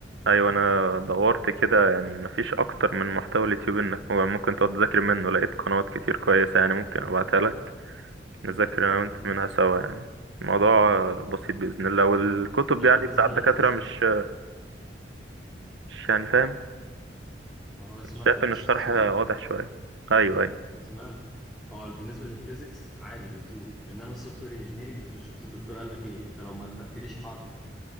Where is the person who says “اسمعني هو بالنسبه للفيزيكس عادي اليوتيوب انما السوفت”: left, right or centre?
Centre